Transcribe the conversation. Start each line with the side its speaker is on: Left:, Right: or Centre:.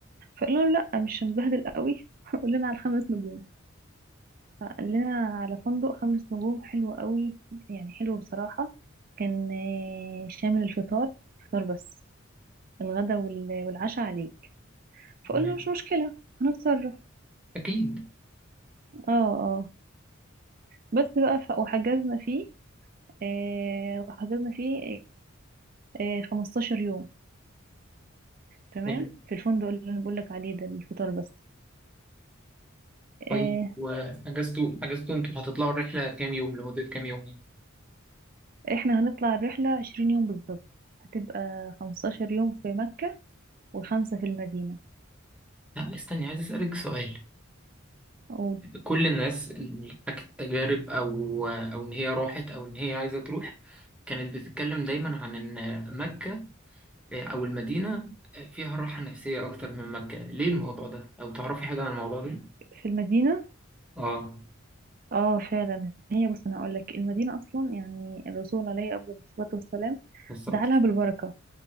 Right: فقلنا له لأ مش هنبهدل قوي <laughs> قول لنا على الخمس نجوم فقال لنا على فندق خمس نجوم حلو قوي يعني حلو بصراحة كان آه، شامل الفطار فطار بس الغدا وال- والعشاء عليك فقلنا
Centre: تمام.
Right: مش مشكلة هنتصرف
Centre: أكيد
Right: اه اه بس بقى ف... وحجزنا فيه آه وحضرنا فيه آه آه 15 يوم تمام
Centre: حلو
Right: في الفندق اللي انا بقول لك عليه ده الفطار بس
Centre: طيب
Right: آه
Centre: وأجازتوا أجازتوا أنتوا هتطلعوا الرحلة كام يوم لمدة كام يوم يعني؟
Right: احنا هنطلع الرحلة 20 يوم بالظبط هتبقى 15 يوم في مكة وخمسة في المدينة
Centre: لا استني عايز أسألك سؤال
Right: و-
Centre: كل الناس اللي حكت تجارب أو أو إن هي راحت أو إن هي عايزة تروح كانت بتتكلم دايما عن إن مكة آه، أو المدينة آه، فيها راحة نفسية أكتر من مكة ليه الموضوع ده؟ أو تعرفي حاجة عن الموضوع ده؟
Right: في المدينة
Centre: آه
Right: اه فعلا هي بص انا هقول لك المدينة اصلا يعني الرسول عليه افضل الصلاة والسلام
Centre: الصلاة
Right: دعالها
Centre: والسلام.
Right: بالبركة